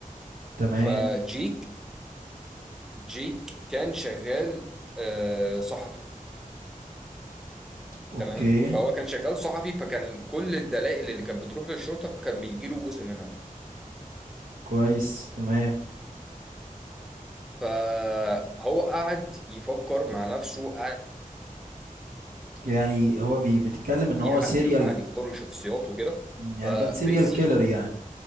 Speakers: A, on the right; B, in the centre.
A: تمام
B: فجيك جيك كان شغال آه، صحفي
A: اوكي
B: تمام فهو كان شغال صحفي فكان كل الدلائل اللي كانت بتروح للشرطه كان بيجيله جزء منها
A: كويس تمام
B: فهو قعد يفكر مع نفسه قعد
A: يعني هو بي بيتكلم ان
B: يحلل
A: هو سيريال
B: وقعد يختار الشخصيات وكده
A: يعني كان سيريال
B: فريسي
A: كيلر يعني